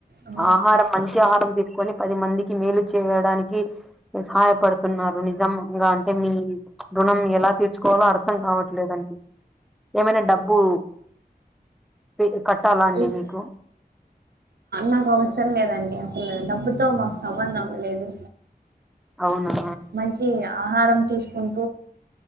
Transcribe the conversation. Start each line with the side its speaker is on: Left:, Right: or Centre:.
Right: ఆ,
Centre: ఆహారం మంచి ఆహారం తీస్ కొని పది మందికి మేలు చేయడానికి సహాయపడుతున్నారు నిజంగా అంటే మీ రుణం ఎలా తీర్చుకోవాలో అర్థం కావట్లేదండి ఏమైనా డబ్బు ఫి కట్టాలా అండి
Right: ఈ-
Centre: మీకు
Right: నాకు అవసరం లేదండి అసలు డబ్బుతో మాకు సంబంధం లేదు
Centre: అవునా
Right: మంచి ఆహారం తీసుకుం